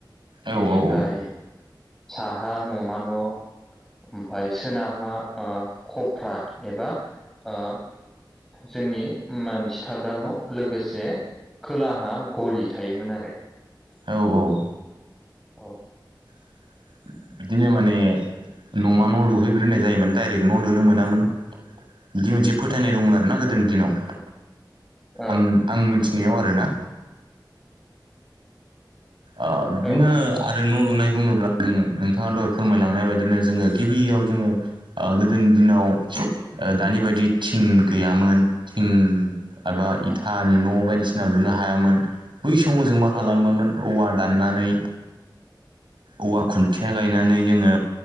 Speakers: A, on the right (about 90°); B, in the centre.
A: औ
B: बिनि आमफाय
A: औ
B: साहा न'मा न' आमफाय सोनाबहा ओ ख'फ्रा एबा‌ ओ जोंनि मानसि थाग्रा न' लोगोसे खोलाहा ग'लि थायोमोन आरो
A: औ औ
B: औ
A: <inaudible> बिदिनो माने न'मा न' लुहैग्रोनाय जायोमोन डायरेक्ट न' लुनो मोनामोन बिदि मोनसे फोथायनाय दंमोन आरोना गोदोनि दिनाव
B: ओं
A: आं आं मोनथिनायाव आरो ना ओ बिदिनो
B: औ
A: ओ आरो न' लुनाय बुङोब्ला जोङो नोंथांआ दहाय फोरमायलांनाय बायदिनो जोङो गिबिआव जोङो ओ गोदोनि दिनाव ओ दानि बादि थिं गैयामोन थिं एबा इथानि न' बायदिसिना लुनो हायामोन बै समाव जों मा खालामोमोन
B: ओं
A: औवा दाननानै औवा खुन्थिआ गायनानै जोङो